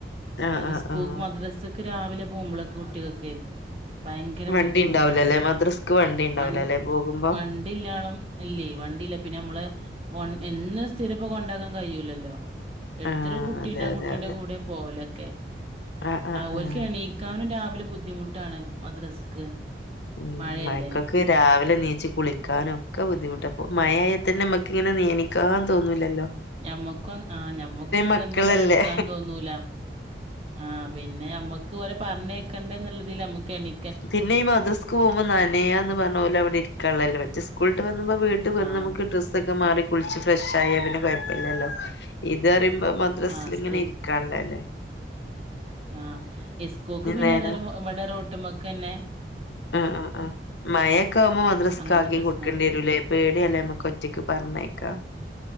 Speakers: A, on the left (about 80°); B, on the right (about 35°).
A: ആഹ്
B: അത്
A: ആഹ്
B: സ്കൂക്ക്
A: ആഹ്
B: മദ്രാസക്കെ രാവിലെ പോമ്പോളക്കെ കുട്ടികക്കെ ഭയങ്കര
A: വണ്ടി
B: ബുദ്ധിമുട്ടാണ്
A: ഉണ്ടാവൂലല്ലേ മദ്രസ്ക്ക് വണ്ടി ഉണ്ടാവൂലല്ലേ
B: വ
A: പോകുമ്പോ
B: വണ്ടില്ലാണം ഇല്ലേ വണ്ടീലേ പിന്നെ നമ്മള് കൊ എന്നും സ്ഥിര പ്പ കൊണ്ടാക്കാൻ കയിയൂലല്ലോ എടുത്തൊരു
A: ആഹ്
B: കുട്ടീണ്ട്
A: അതെ
B: ആ
A: അതെ
B: കുട്ടീന്റെ
A: അതെ
B: കൂടെയാ പോവലൊക്കെ
A: ആഹ് ആഹ്
B: ആ ഓൽക്കാണീ
A: ആഹ്
B: ക്കാനും രാവിലെ ബുദ്ധിമുട്ടാണ് മദ്രസക്ക്
A: ഉം
B: മഴയല്ലേ
A: മയക്കൊക്കെ രാവിലെ നീച്ച് കുളിക്കാനും ഒക്കെ ബുദ്ധിമുട്ടാ അപ്പൊ മയയായാ തന്നെ മ്മക്കിങ്ങനെ നെനീക്കാൻ തോന്നൂല്ലല്ലോ
B: ഞമ്മക്കും ആഹ് ഞമ്മക്ക്
A: മക്കളല്ലേ
B: എന്ത് ജോലി എടുക്കാനും തോന്നൂല ആഹ് പിന്നെ ഞമ്മക്ക് ഓലെ പറഞ്ഞേക്കണ്ടേ എന്നുള്ളിതീല് നമ്മുക്ക് എണീ
A: പിന്നെ ഈ മദ്രസ്ക് പോകുമ്പോ നനയാ എന്ന് പറഞ്ഞ പോലെ അവിടെ ഇരിക്കാനുള്ളല്ലേ മ കൂളിട്ടു വന്നുമ്പോ വീട്ടി വന്ന്
B: ആ
A: നമുക്ക് ഡ്രസ്സൊ ക്കെ മാറി കുളിച്ച് ഫ്രഷായാ പിന്നെ കൊയപ്പില്ലല്ലോ ഇതറയുമ്പോ മദ് ദ്രസേലിങ്ങനെ
B: ആ സ്കൂ
A: ഇരിക്കാണ്ടേ ല്ലേ
B: ആഹ് ഇസ്കൂക്ക് പിന്നേതായാലും
A: നേരം
B: ഇവിടെ റോട്ടുമ്മേക്ക് ന്നെ
A: ആഹ് ആഹ് ആഹ് മയയൊക്കാവുമ്പോ മദ്രസ്ക്
B: അങ്ങനത്തെ
A: ആക്കി
B: പ്രശ്നാണ്
A: കൊടുക്കേണ്ടി വരൂലേ പേടിയാല്ലേ നമ്മക്ക് ഒറ്റക്ക് പറഞ്ഞയക്കാ